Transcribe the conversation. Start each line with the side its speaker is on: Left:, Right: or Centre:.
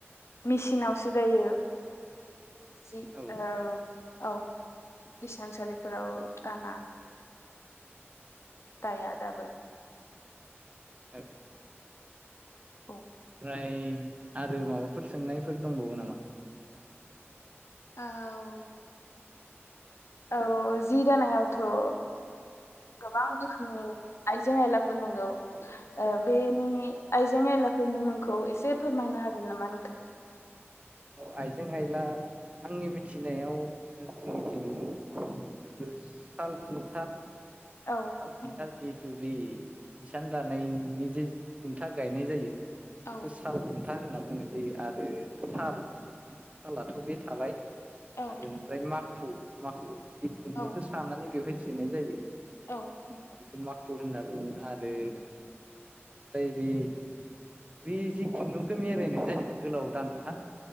Left: मिसानावसो दायो जि
Right: औ
Left: ओ औ इसानसालिफोराव दाना दाया दाबो
Right: <inaudible>
Left: औ
Right: प्राय आरो माबाफोर सोंनायफोर दंबावो नामा?
Left: औ औ जि दानायावथ' ओ गोबां रोखोमनि आइजें आयलाफोर नांगौ ओ बेनि आइजें आयलाफोरनि मुंखौ एसे फोरमायना हागोन नामा नोंथां?
Right: ओ आइजें आइला आंनि मिथिनायाव जोंनिथिं जिथु साल खुन्था
Left: औ
Right: साल खुन्था
Left: नंगौ
Right: जिहेतु बे इसान दानायनि जे खुन्था गायनाय जायो बेखौ
Left: औ
Right: साल
Left: नंगौ
Right: खुन्था होनना बुंनाय जायो आरो
Left: औ
Right: साल फालाथ' बे थाबाय
Left: औ
Right: आरो ओमफ्राय माखु माखु जि खुन्दुंखौ
Left: औ
Right: सानानै बेवहाय सोनाय जायो
Left: औ नंगौ
Right: बेखौ माखु होनना बुङो आरो ओमफाय बे बे जि खुन्दुंखौ मिरायनाय आवलाय गोलाव दानखा